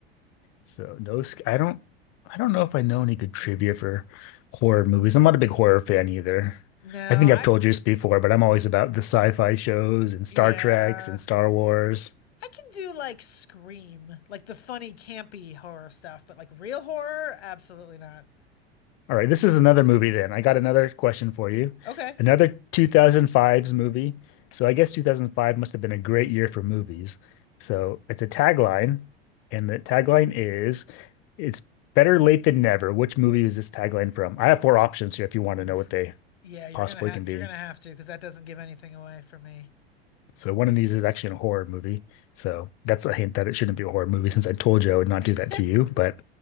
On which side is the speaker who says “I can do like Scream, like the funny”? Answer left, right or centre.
Left